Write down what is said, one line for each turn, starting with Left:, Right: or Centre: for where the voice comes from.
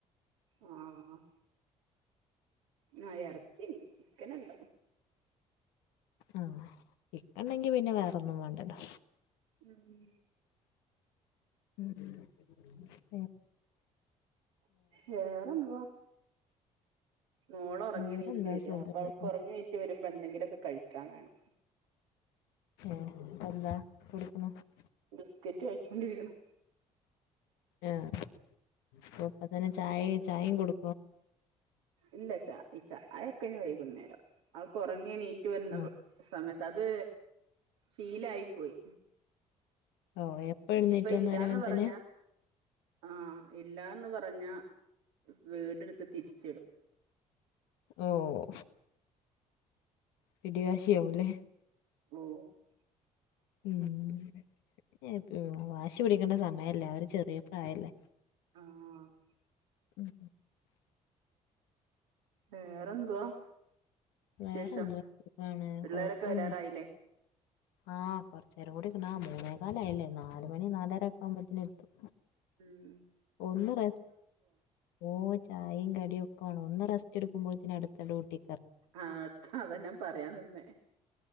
Right: ആ ആഹ് ആ എറച്ചിയിണ്ട് ചിക്കന്ണ്ട്.
Left: മ് ചിക്കണ്ടെങ്കി പിന്നെ വേറോന്നും വേണ്ടല്ലോ.
Right: മ്
Left: മ് മ്
Right: വേറെന്തുവാ. മോളോറങ്ങി
Left: വേറെന്താ
Right: എണീറ്റ് വരിയ
Left: സുഖായിരിക്കുന്നു
Right: അപ്പ അവൾക്ക് ഒറങ്ങി എണീറ്റ് വരുമ്പോ എന്തെങ്കിലൊക്കെ കഴിക്കാൻ വേണം.
Left: ഏഹ് അപ്പ എന്താ <unintelligible>
Right: ബിസ്ക്കറ്റ് കഴിച്ചോണ്ടിരിക്കണ്
Left: എഹ് ഒപ്പ തന്നെ ചായെ ചായയും കൊടു
Right: ഇല്ല ചാ ഈച്ച അതൊക്കെ ഇനി വൈകുന്നേരം അവൾക്ക് ഉറങ്ങെണീ റ്റു വരുന്ന
Left: ആഹ്
Right: വ് സമയത്ത് അത് ശീലായി പോയി.
Left: ഓഹ് എപ്പ എഴുന്നേറ്റ്
Right: ഇനിയിപ്പ
Left: വന്നാളുംമ്പ
Right: ഇല്ലാന്ന്
Left: അങ്ങനെ
Right: പറഞ്ഞ
Left: തന്നെ.
Right: ആഹ് ഇല്ലാന്ന് പറഞ്ഞ വീടെടുത്ത് തിരിച്ചിടും.
Left: ഓഹ് പിടി വാശിയാവുലെ
Right: <unintelligible>
Left: മ് പ് വാശി പിടിക്കണ്ട സമയല്ലേ, അവര് ചെറിയ പ്രായല്ലേ.
Right: ആ ആഹ്
Left: ഉം
Right: പേറെന്തുവാ? വിശേഷം
Left: വേറെന്താ സുഖാണ്
Right: പിള്ളേരൊക്കെ
Left: കൊഴപ്പൊന്നുല്ല
Right: വരാറായില്ലേ?
Left: ആഹ് കൊറച്ചേരം കൂടി <unintelligible> മൂന്നേ കാലയില്ലേ നാല് മണി നാലര ഒക്കെ ആവുമ്പോത്തിന് എത്തും.
Right: മ്
Left: ഒന്നു <unintelligible> ഓഹ് ചായയും ക ഒന്ന് റസ്റ്റ് എടുക്കുംപോ അടുത്ത ഡ്യൂട്ടി
Right: ആ അതാ ഞാൻ പറയാൻ നിന്നെ